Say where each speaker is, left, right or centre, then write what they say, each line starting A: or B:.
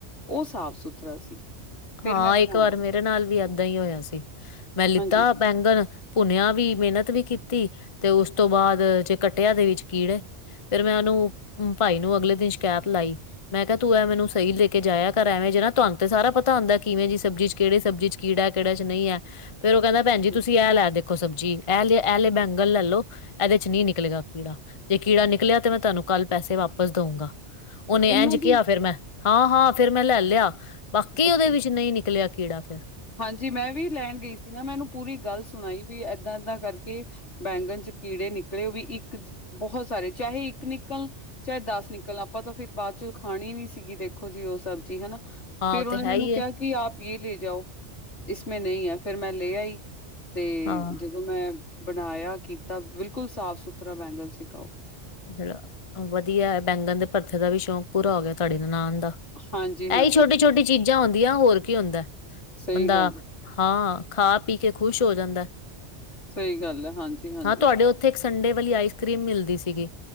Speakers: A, on the left; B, on the left.
A: ਉਹ ਸਾਫ ਸੁਥਰਾ ਸੀ। ਫਿਰ
B: ਹਾਂ
A: ਮੈਂ ਬਣਾਇਆ
B: ਇੱਕ ਵਾਰ ਮੇਰੇ ਨਾਲ ਵੀ ਏਦਾਂ ਹੀ ਹੋਇਆ ਸੀ ਮੈਂ ਲਿੱਤਾ
A: ਹਾਂਜੀ,
B: ਬੈਂਗਣ ਭੁੰਨਿਆ ਵੀ ਮਿਹਨਤ ਵੀ ਕੀਤੀ ਤੇ ਉਸ ਤੋਂ ਬਾਅਦ ਜੇ ਕੱਟਿਆ ਦੇ ਵਿੱਚ ਕੀੜੇ। ਫੇਰ ਮੈਂ ਉਹਨੂੰ ਭਾਈ ਨੂੰ ਅਗਲੇ ਦਿਨ ਸ਼ਿਕਾਇਤ ਲਾਈ। ਮੈਂ ਕਿਆ ਤੂੰ ਐ ਮੈਨੂੰ ਸਈ ਲੈ ਕੇ ਜਾਇਆ ਘਰ ਐਵੇਂ ਜ ਤੁਆਨੁ ਤੇ ਸਾਰਾ ਪਤਾ ਪਤਾ ਹੁੰਂਦਾ ਕਿਵੇਂ ਜੀ ਸਬਜ਼ੀ ਚ ਕਿਹੜੇ ਸਬਜੀ ਚ ਕੀੜਾ, ਕਿਹੜੇ ਚ ਨਈ ਐ ਫੇਰ ਓ ਕਹਿੰਦਾ ਭੈਣ ਜੀ ਤੁਸੀਂ
A: ਹਾਂ,
B: ਲੈ ਦੇ ਦੇਖੋ ਸਬਜ਼ੀ ਐਹ ਲੇ, ਐਹ ਲੇ ਬੈਂਗਨ ਲੈ ਲੋ ਇਹਦੇ ਚ ਨੀ ਨਿਕਲੇਗਾ ਕੀੜਾ। ਜੇ ਕੀੜਾ ਨਿਕਲਿਆ ਤੇ ਮੈਂ ਤੁਹਾਨੂੰ ਕੱਲ ਪੈਸੇ ਵਾਪਸ ਦਊਂਗਾ ਉਨੇ
A: ਇਹਨਾਂ
B: ਇਂਝ ਕਿਹਾ
A: ਦੀ
B: ਫੇਰ ਮੈ ਹਾਂ, ਹਾਂ ਫ਼ੇਰ ਮੈਂ ਲੈ ਲਿਆ ਬਾਕੀ
A: ਅੱਛਾ।
B: ਉਦੇ ਵਿੱਚ ਨਈ ਨਿਕਲਿਆ ਕੀੜਾ ਫੇਰ
A: ਹਾਂਜੀ, ਮੈਂ ਵੀ ਲੈਣ ਗਈ ਸੀ। ਨਾ ਮੈ ਐਨੂੰ ਪੂਰੀ ਗੱਲ ਸੁਣਾਈ ਵੀ ਏਦਾਂ ਏਦਾਂ ਕਰਕੇ ਬੈਂਗਣ ਚ ਕੀੜੇ ਨਿਕਲੇ ਵੀ ਇੱਕ ਬਹੁਤ ਸਾਰੇ ਚਾਹੇ ਇੱਕ ਨਿਕਲ ਚਾਹੇ ਦਸ ਨਿਕਲ ਆਪਾਂ ਤਾਂ ਫਿਰ ਬਾਦ ਚ ਖਾਣੀ ਨੀ ਸੀਗੀ ਦੇਖੋ ਜੀ ਉਹ ਸਬਜ਼ੀ ਹਨਾ
B: ਹਾਂ
A: ਫੇਰ
B: ਉਹ
A: ਓਨੇ
B: ਤੇ ਹੈ
A: ਮੈਨੂੰ
B: ਹੀ
A: ਕਿਆ
B: ਹੈ।
A: ਕਿ ਆਪ ਯੇ ਲੇ ਜਾਓ ਇਸਮੇ ਨਈ ਆ ਫੇਰ ਮੈਂ ਲੇ ਆਈ ਤੇ
B: ਹਾਂ
A: ਮੈਂ ਬਣਾਇਆ ਕੀਤਾ ਬਿਲਕੁਲ ਸਾਫ ਸੁਥਰਾ ਬੈਂਗਨ ਸੀਗਾ ਓ।
B: ਜਿਹੜਾ ਵਧੀਆ ਐ ਬੈਂਗਣ ਦੇ ਪਰਥੇ ਦਾ ਵੀ ਸ਼ੌਕ ਪੂਰਾ ਹੋ ਗਿਆ ਤਾਡੀ ਨਾਲ ਨਨਾਣ ਦਾ
A: ਹਾਂਜੀ, ਹਾਂਜੀ,
B: ਐਈ ਛੋਟੀ
A: ਬਿਲਕੁਲ।
B: ਛੋਟੀ ਚੀਜ਼ਾਂ ਹੁੰਦੀਆਂ ਹੋਰ ਕੀ ਹੁੰਦਾ
A: ਸਹੀ
B: ਬੰਦਾ
A: ਗੱਲ ਹੈ,
B: ਹਾਂ ਖਾ ਪੀ ਕੇ ਖੁਸ਼ ਹੋ ਜਾਂਦਾ।
A: ਸਹੀ ਗੱਲ ਹੈ। ਹਾਂਜੀ, ਹਾਂਜੀ।
B: ਹਾਂ ਤੁਆਡੇ ਉੱਥੇ ਇੱਕ ਸੰਡੇ ਵਾਲੀ ਆਈਸ ਕਰ੍ਰੀਮ ਮਿਲਦੀ ਸੀਗੀ